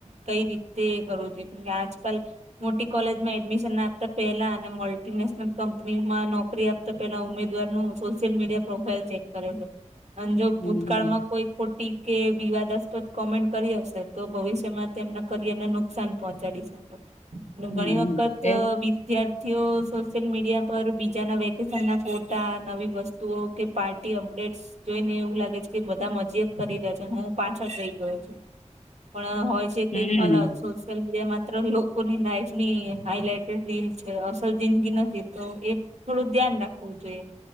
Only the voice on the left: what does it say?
હમ
હમ
હમ,
એ
હમ